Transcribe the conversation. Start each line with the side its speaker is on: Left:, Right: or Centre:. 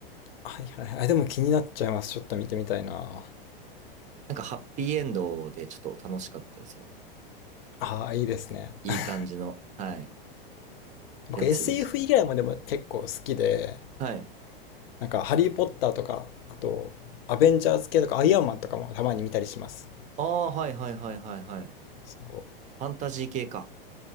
Left: はいはいはい。でも気になっちゃいます。ちょっと見てみたいな。
Right: なんかハッピーエンドでちょっと楽しかったですよ。
Left: ああ、いいですね。<laughs>
Right: いい感じの、はい、
Left: 僕
Right: やつでしたね。
Left: SF 以外もでも結構好きで、
Right: はい。
Left: なんかハリー・ポッターとか、あとアベンジャーズ系とかアイアンマンとかもたまに見たりします。
Right: ああ、はいはいはいはいはい。フ
Left: そ
Right: ァンタジー系か。